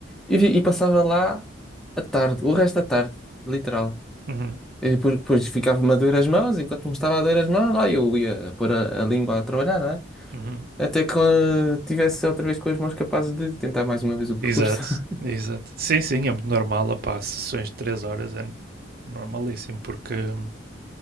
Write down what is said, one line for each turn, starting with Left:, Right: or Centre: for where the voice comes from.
Centre: e, vi- e passava lá a tarde, o resto da tarde, literal.
Right: Uhum,
Centre: E depois, depois ficava-me a doer as mãos, enquanto me estava a doer as mãos, lá eu ia pôr a, a língua a trabalhar, não é?
Right: uhum.
Centre: Até que eh, tivesse outra vez com as mãos capazes de tentar mais uma vez o percurso.
Right: Exato,
Centre: <laughs>
Right: exato. Sim, sim, é muito normal, opá, sessões de 3 horas é normalíssimo, porque hum,